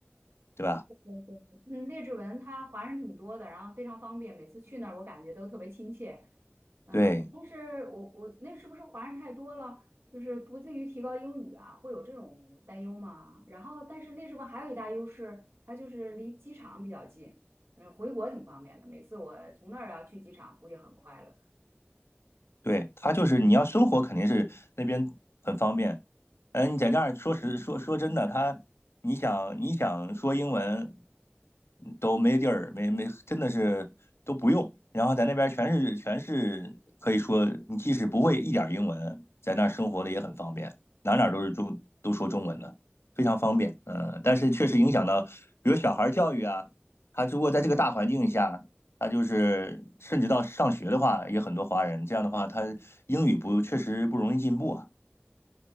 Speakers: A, on the left (about 85°); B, on the right (about 80°).
A: 对吧？
B: 对对，嗯，列治文他华人挺多的，然后非常方便，每次去那儿我感觉都特别亲切。嗯，
A: 对。
B: 但是我我那是不是华人太多了，就是不至于提高英语啊，会有这种担忧吗？然后，但是列治文还有一大优势，它就是离机场比较近，嗯，回国挺方便的。每次我从那儿要去机场，估计很快了。
A: 对，它就是你要生活肯定是那边很方便。嗯，你在那儿说实说说真的，他你想你想说英文都没地儿，没没真的是都不用。然后在那边全是全是可以说，你即使不会一点儿英文，在那儿生活的也很方便，哪哪儿都是中都说中文的，非常方便。嗯，但是确实影响到，比如小孩儿教育啊，他如果在这个大环境下。他就是甚至到上学的话，也很多华人。这样的话，他英语不确实不容易进步啊。